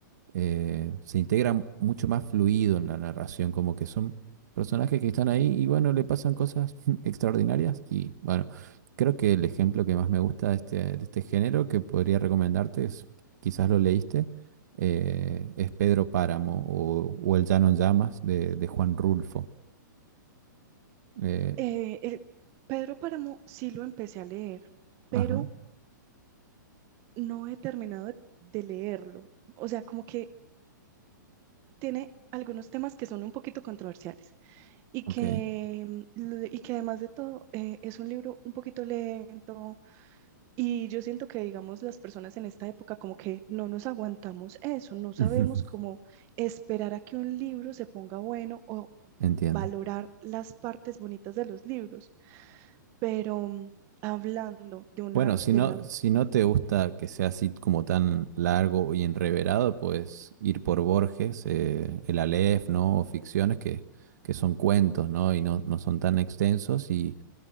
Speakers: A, on the right; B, on the right.
A: eh, se integra mucho más fluido en la narración, como que son personajes que están ahí y bueno, le pasan cosas <laughs> extraordinarias y bueno, creo que el ejemplo que más me gusta de este, de este género que podría recomendarte es, quizás lo leíste, eh, es Pedro Páramo o, o El Llano en Llamas de, de Juan Rulfo. Eh,
B: eh, el- Pedro Páramo sí lo empecé a leer, pero
A: ajá,
B: no he terminado de, de leerlo. O sea, como que tiene algunos temas que son un poquito controversiales y
A: ok.
B: que, mm, l- y que además de todo eh, es un libro un poquito lento, Y yo siento que, digamos, las personas en esta época como que no nos aguantamos eso, no sabemos
A: <laughs>
B: cómo esperar a que un libro se ponga bueno o
A: Entiendo.
B: valorar las partes bonitas de los libros. Pero mm, hablando de una,
A: Bueno, si
B: de
A: no,
B: una,
A: si no te gusta que sea así como tan largo y enreverado, puedes ir por Borges, eh, el Aleph, ¿no? O ficciones que, que son cuentos, ¿no? Y no, no son tan extensos y,